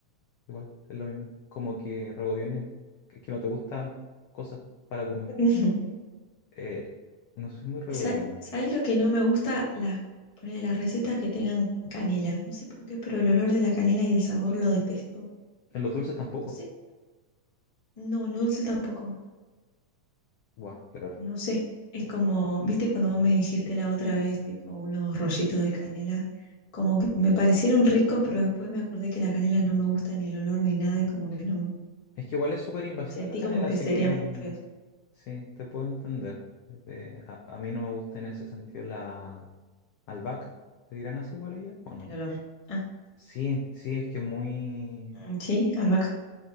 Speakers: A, on the left; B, on the left.
A: igual es lo mismo. Como que regodión es que, que no te gustan cosas para comer.
B: <laughs>
A: Eh, no soy muy regodión.
B: Sa- ¿Sabes lo que no me gusta? Las, ponele, las recetas que tengan canela. No sé por qué, pero el olor de la canela y el sabor lo detesto.
A: En los dulces tampoco.
B: No sé. No, lo dulce tampoco.
A: Guau, qué raro.
B: No sé. Es como, viste cuando vos me dijiste la otra vez, tipo unos rollitos de canela, como que me parecieron ricos, pero después me acordé que la canela no me gusta ni el olor ni nada y como que no,
A: Es que igual es súper invasiva
B: sentí
A: la canela,
B: como que
A: así
B: serían
A: que...
B: feos
A: Sí, te puedo entender. Eh, a, a mí no me gusta en ese sentido la albahaca. ¿Le dirán así igual a ella o no?
B: el olor. Ah,
A: Sí, sí, es que muy...
B: mm, sí, albahaca.